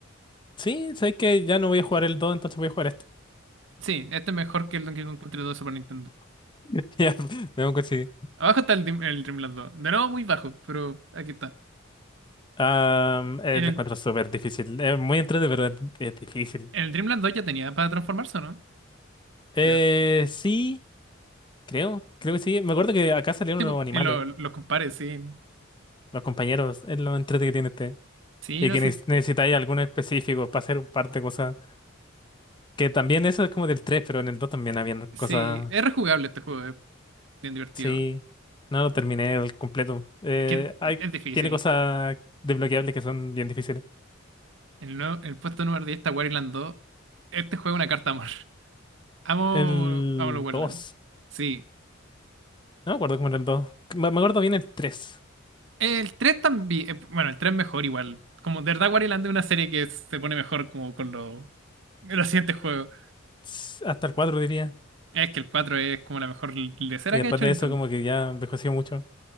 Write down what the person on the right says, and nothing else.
Sí, este es mejor que el Donkey Kong Country 2 de Super Nintendo.
Abajo está el, Dream- el Dreamland 2. De nuevo, muy bajo, pero aquí está.
En
el,
en el Dreamland 2 ya tenía para transformarse, ¿o ¿no?
Creo.
Tipo,
y lo- los compares, sí.
Sí,
no,
sí.
Sí,
es rejugable este juego, es bien divertido.
Es que
es difícil.
El, nue- el puesto número 10 está Wario 2. Este juego es una carta de amor. <laughs> Amo,
amo los Wario
Sí.
El 3 también. eh, Bueno, el tres mejor igual. Como de verdad Wario es una serie que se pone mejor como con los los siguientes juegos.
Es que el 4 es como la mejor lecera
que
ha hecho
Nintendo.